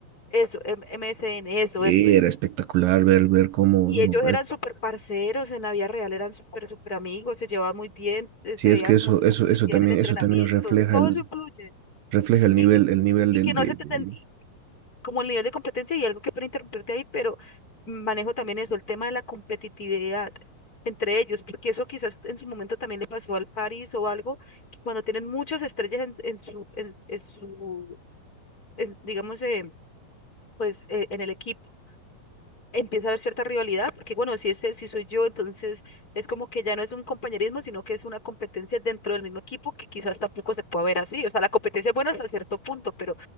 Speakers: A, on the left (about 25°); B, on the right (about 75°).
A: eso, M- MSN, eso,
B: Eh,
A: eso, eso.
B: era espectacular ver, ver cómo.
A: Y
B: no,
A: ellos eran
B: eh,
A: súper parceros en la vida real, eran súper, súper amigos, se llevaban muy bien, eh,
B: sí,
A: se
B: es
A: veía
B: que
A: como
B: eso, eso,
A: complicidad
B: eso también,
A: en el entrenamiento,
B: eso también refleja
A: todo
B: el,
A: eso influye.
B: refleja el
A: Y,
B: nivel,
A: que-
B: el nivel
A: y
B: del,
A: que no
B: de-
A: se te,
B: del-
A: ten- como el nivel de competencia y algo que para interrumpirte ahí, pero manejo también eso, el tema de la competitividad entre ellos, porque eso quizás en su momento también le pasó al París o algo, que cuando tienen muchas estrellas en, en su, en, en su, en- digamos, eh, pues eh, en el equipo empieza a haber cierta rivalidad, porque bueno, si ese, si soy yo, entonces es como que ya no es un compañerismo, sino que es una competencia dentro del mismo equipo que quizás tampoco se pueda ver así. O sea, la competencia es buena hasta cierto punto, pero,